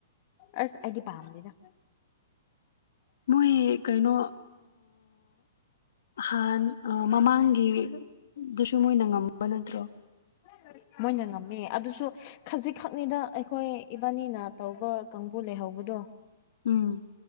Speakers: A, on the left (about 35°); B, on the left (about 70°).
A: ꯑꯁ ꯑꯩꯗꯤ ꯄꯥꯝꯗꯦꯗ
B: ꯃꯣꯏ ꯀꯩꯅꯣ ꯍꯥꯟ ꯃꯃꯥꯡꯒꯤꯗꯨꯁꯨ ꯃꯣꯏꯅ ꯉꯝꯕ ꯅꯠꯇ꯭ꯔꯣ
A: ꯍꯣꯏ ꯃꯣꯏꯅ ꯉꯝꯃꯦ ꯑꯗꯨꯁꯨ ꯈꯖꯤꯛꯈꯛꯅꯤꯗ ꯑꯩꯈꯣꯏ ꯏꯕꯥꯅꯤꯅ ꯇꯧꯕ ꯀꯥꯡꯕꯨ ꯂꯩꯍꯧꯕꯗꯣ
B: ꯎꯝ